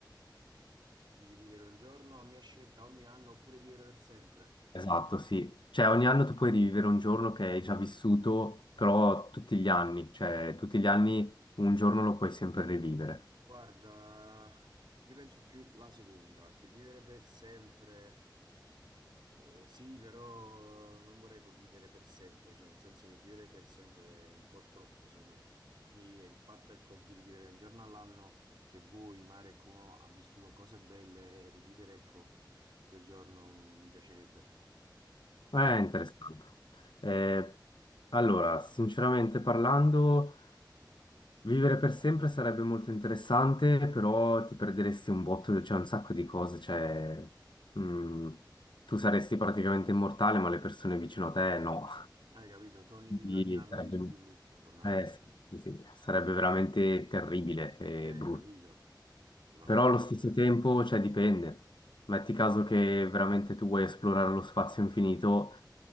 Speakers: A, on the right (about 75°); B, on the left (about 75°).
A: di rivivere un giorno a mia scelta ogni anno oppure vivere per sempre.
B: Esatto, sì. Cioè ogni anno tu puoi rivivere un giorno che hai già vissuto, però tutti gli anni, cioè tutti gli anni un giorno lo puoi sempre rivivere.
A: Guarda, io penso più la seconda, che vivere per sempre, eh, sì, però non vorrei poi vivere per sempre, cioè nel senso che vivere per sempre è un po' troppo, secondo me. Quindi il fatto, ecco, di rivivere un giorno all'anno che vuoi, magari ecco, uno ha vissuto cose belle e rivivere, ecco, quel giorno mi piacerebbe.
B: È
A: Tu?
B: interessante. Eh, allora, sinceramente parlando... Vivere per sempre sarebbe molto interessante, però ti perderesti un botto, c'è un sacco di cose, cioè, mm, tu saresti praticamente immortale, ma le persone vicino a te no.
A: Hai capito? Tu Ogni,
B: Quindi
A: ogni anno
B: sarebbe,
A: devi subire il lutto, fondamentalmente.
B: eh, sì, sì, sì, sarebbe veramente terribile e
A: Eh,
B: brutto.
A: capito? Sono
B: Però
A: d'accordo.
B: allo stesso tempo, cioè, dipende. Metti caso che veramente tu vuoi esplorare lo spazio infinito